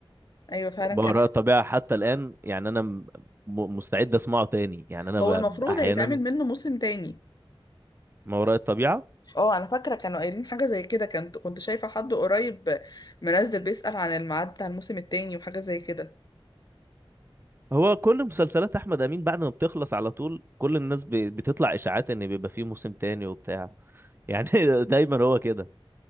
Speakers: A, on the left; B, on the right.
A: ايوه فعلا
B: ما
A: كان
B: وراء الطبيعة حتى الآن يعني أنا م- م- مستعد أسمعه تاني يعني أنا
A: هو المفروض
B: ب- أحيانا
A: هيتعمل منه موسم تاني
B: ما وراء الطبيعة
A: اه انا فاكره كانوا قايلين حاجه زي كده كنت كنت شايفه حد قريب منزل بيسأل عن الميعاد بتاع الموسم التاني وحاجه زي كده
B: هو كل مسلسلات احمد امين بعد ما بتخلص على طول كل الناس ب- بتطلع اشاعات ان بيبقى فيه موسم تاني وبتاع يعني <laughs> دايما هو كده